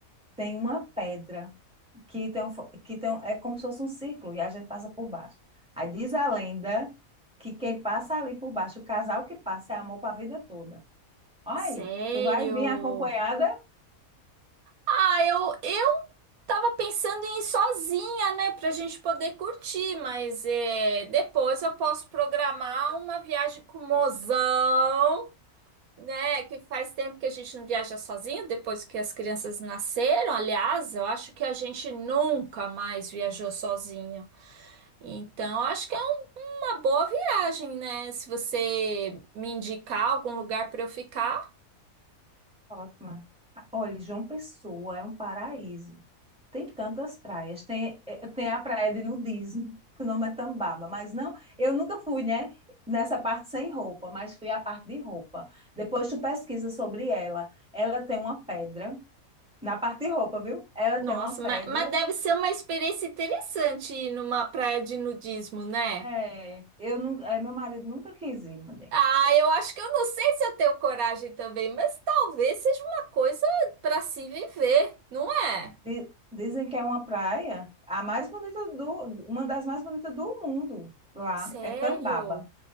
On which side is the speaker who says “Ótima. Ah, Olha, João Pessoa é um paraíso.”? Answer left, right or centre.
Centre